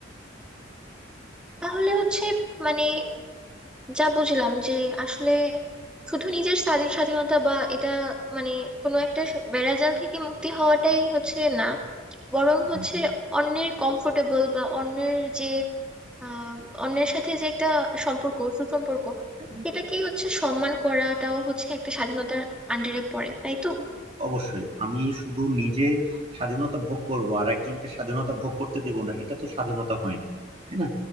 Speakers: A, in the centre; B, on the right (about 30°).
A: তাহলে হচ্ছে মানে যা বুঝলাম যে আসলে শুধু নিজের স্বাধী- স্বাধীনতা বা এটা মানে কোনো একটা স- বেড়াজাল থেকে মুক্তি হওয়াটাই হচ্ছে না বরং
B: হুম।
A: হচ্ছে অন্যের কমফোর্টেবল বা অন্যের যে আহ অন্যের সাথে যে একটা সম্পর্ক সুসম্পর্ক
B: হ্যাঁ,
A: এটাকেই হচ্ছে সম্মান করাটাও হচ্ছে একটা স্বাধীনতার আন্ডারে পড়ে তাই তো
B: অবশ্যই আমি শুধু নিজে স্বাধীনতা ভোগ করব আর একজনকে স্বাধীনতা ভোগ করতে দেব না এটা তো স্বাধীনতা হয় না তাই না